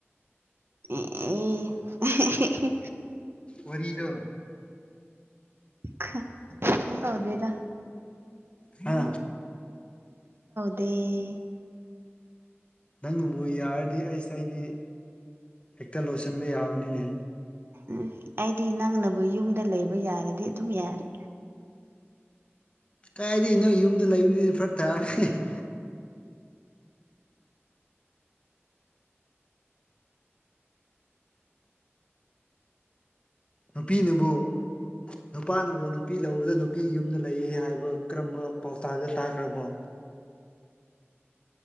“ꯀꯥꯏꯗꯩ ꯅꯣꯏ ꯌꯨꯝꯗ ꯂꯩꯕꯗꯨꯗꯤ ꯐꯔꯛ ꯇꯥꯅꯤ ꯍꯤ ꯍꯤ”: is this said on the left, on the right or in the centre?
Left